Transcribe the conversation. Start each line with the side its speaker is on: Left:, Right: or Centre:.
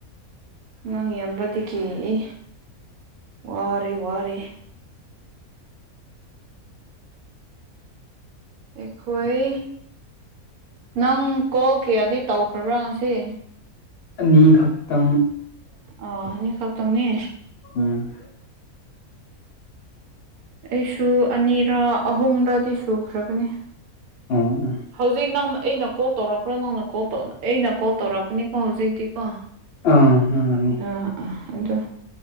Right: ꯅꯪ ꯌꯕꯗꯤ ꯀꯤꯛꯏ ꯋꯥꯔꯦ ꯋꯥꯔꯦ ꯑ ꯍꯣꯏ ꯅꯪ ꯀꯣꯜ ꯀꯦ ꯑꯗꯨꯩ ꯇꯧ ꯐꯕ꯭ꯔꯪꯁꯤ
Left: ꯅꯤꯈꯥꯛꯛꯇꯪ
Right: ꯑꯣ ꯅꯤꯡꯈ ꯇꯅꯤ
Left: ꯎꯝ
Right: ꯑꯩꯁꯨ ꯑꯅꯤꯔ ꯑꯍꯨꯝꯔꯗꯤ ꯁꯨꯈ꯭ꯔꯕꯅꯤ
Left: ꯎꯝ ꯎꯝ
Right: ꯍꯧꯖꯤꯛ ꯅꯪ ꯑꯩꯅ ꯀꯣꯜ ꯇꯧꯔꯛꯄ꯭ꯔꯥ ꯅꯪꯅ ꯀꯣꯜ ꯑꯩꯅ ꯀꯣꯜ ꯇꯧꯔꯛꯄꯅꯤꯀꯣ ꯍꯧꯖꯤꯛꯇꯤ ꯀ ꯑ
Left: ꯑꯥ ꯅꯪꯅꯅꯤ
Right: ꯑ ꯑꯗ